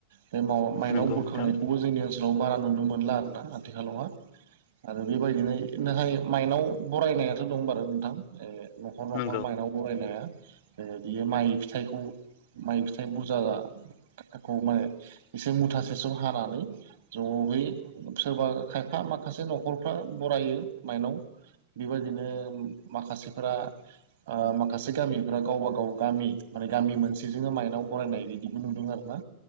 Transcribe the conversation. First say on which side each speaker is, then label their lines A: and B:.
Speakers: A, on the right; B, on the left.
A: बे माव माइनाव
B: नंगौ
A: बुरखांनायखौबो
B: नोंथां
A: जोंनि ओनसोलाव बारा नुनो मोनला आरोना आथिखालावहा। आरो बेबायदिनो नाथाय माइनाव बरायनायाथ' दं <unintelligible> नोंथां। ए न'खर न'खर
B: नंगौ
A: माइनाव बरायनाया। बियो माइ फिथाइखौ माइ फिथाइ बुरजा। खौ माने एसे मुथासेसो हानानै, ज'है सोरबा खायफा माखासे न'खरफ्रा बरायो माइनाव, बेबायदिनो माखासेफोरा, ओ माखासे गामिफ्रा गावबा गाव गामि माने गामि मोनसेजोंनो माइनाव बरायनाय बिदिबो नुदों आरो ना।